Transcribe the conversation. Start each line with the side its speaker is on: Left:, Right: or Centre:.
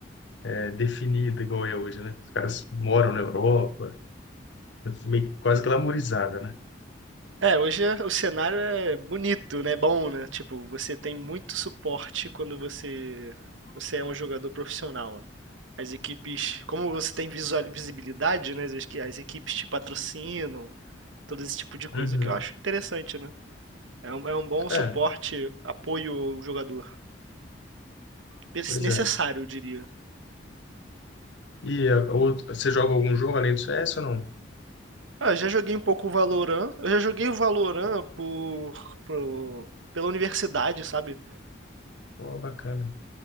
Left: é, definida igual é hoje, né? Os caras moram na Europa, meio, quase glamourizada, né?
Right: É, hoje é- o cenário é bonito, né? Bom, né? Tipo, você tem muito suporte quando você você é um jogador profissional. né. As equipes, como você tem visual, visibilidade, né? As, equi- as equipes te patrocinam, todo esse tipo de coisa,
Left: Uhum.
Right: o que eu acho interessante, né? É um, é um bom suporte,
Left: É,
Right: apoio ao jogador. Pers-
Left: pois
Right: Necessário,
Left: é.
Right: eu diria.
Left: E é, outro- você joga algum jogo além do CS ou não?
Right: Ah, eu já joguei um pouco o Valorant. Eu já joguei o Valorant por, por- pela universidade, sabe?
Left: Pô, bacana.